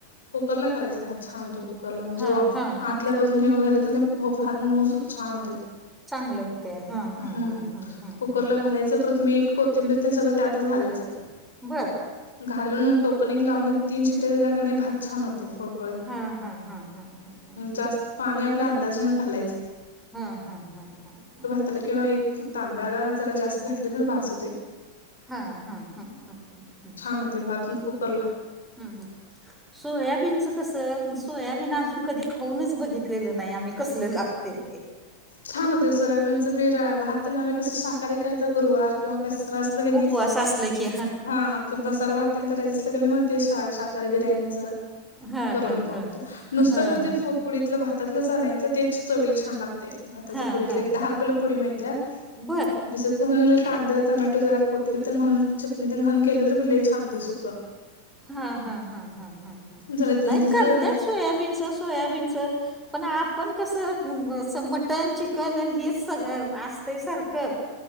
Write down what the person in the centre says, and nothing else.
हा
हा हा
चांगलं होते हा हा
हा हा हा
हा
बरं.
हा हा हा, हा हा हा
हा.
हम्म हम्म हम्म, हम्म हम्म.
हा हा हा हम्म हम्म, हम्म
हम्म हम्म. सोयाबीनचं कस, सोयाबीन अजून कधी खाऊनच बघितलेलं नाही आम्ही कसलं लागतय ते.
कसं
उपवास
असलं की
हा
हा
हा
हा
हा
हा
हा
हा
बर
हा हा हा, ह ह ह
नाही
कर
त्याच सोयाबीनचं सोयाबीनचं. पण आपण कसं, असं मटण चिकन हेच सगळ असतय सारखं.